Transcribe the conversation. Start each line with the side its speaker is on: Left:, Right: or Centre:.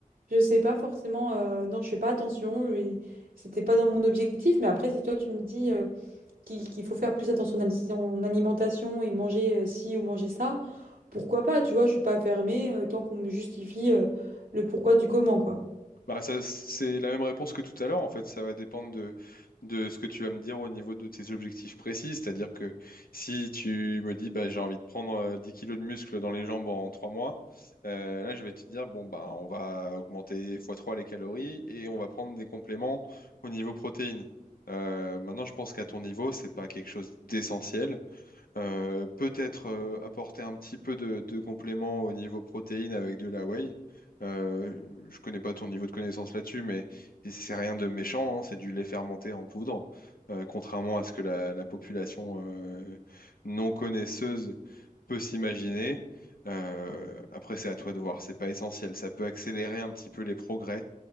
Right: je sais pas forcément, euh, non, je fais pas attention, et c'était pas dans mon objectif, mais après, si toi tu me dis euh, qu'il qu'il faut faire plus attention à son alimentation et manger euh, ci ou manger ça, pourquoi pas, tu vois, je suis pas fermée euh, tant qu'on me justifie euh, le pourquoi du comment, quoi.
Left: Bah, ça, c'est la même réponse que tout à l'heure. En fait, ça va dépendre de, de ce que tu vas me dire au niveau de tes objectifs précis. C'est-à-dire que si tu me dis, bah, j'ai envie de prendre euh, 10 kilos de muscles dans les jambes en 3 mois, euh, là, je vais te dire, bon, bah, on va augmenter x 3 les calories et on va prendre des compléments au niveau protéines. Euh, maintenant, je pense qu'à ton niveau, c'est pas quelque chose d'essentiel. Euh, peut-être euh, apporter un petit peu de, de complément au niveau protéines avec de la whey. Euh, je connais pas ton niveau de connaissance là-dessus, mais c'est rien de méchant, hein, c'est du lait fermenté en poudre, euh, contrairement à ce que la, la population euh, non connaisseuse peut s'imaginer. Euh, après, c'est à toi de voir, c'est pas essentiel. Ça peut accélérer un petit peu les progrès